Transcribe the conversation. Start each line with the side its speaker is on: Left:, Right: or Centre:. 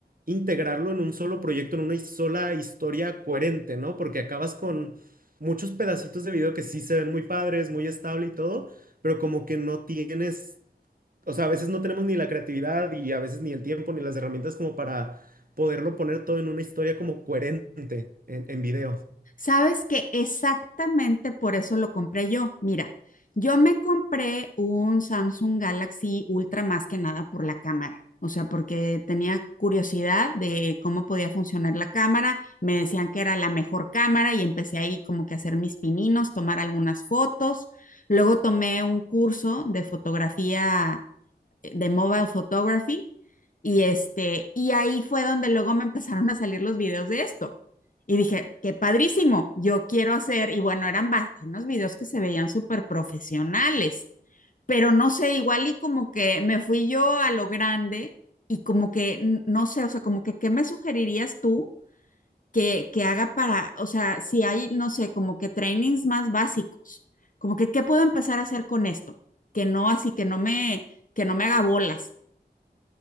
Right: integrarlo en un solo proyecto, en una sola historia coherente, ¿no? Porque acabas con muchos pedacitos de video que sí se ven muy padres, muy estable y todo, pero como que no tienes, o sea, a veces no tenemos ni la creatividad y a veces ni el tiempo ni las herramientas como para poderlo poner todo en una historia como coherente en en video.
Left: Sabes que exactamente por eso lo compré yo. Mira, yo me compré un Samsung Galaxy Ultra más que nada por la cámara. O sea, porque tenía curiosidad de cómo podía funcionar la cámara. Me decían que era la mejor cámara y empecé ahí como que a hacer mis pininos, tomar algunas fotos. Luego tomé un curso de fotografía de mobile photography y este, y ahí fue donde luego me empezaron a salir los videos de esto. Y dije, qué padrísimo, yo quiero hacer, y bueno, eran unos videos que se veían súper profesionales, pero no sé, igual y como que me fui yo a lo grande y como que, no sé, o sea, como que, ¿qué me sugerirías tú que, que haga para, o sea, si hay, no sé, como que trainings más básicos, como que, ¿qué puedo empezar a hacer con esto? Que no, así que no me, que no me haga bolas.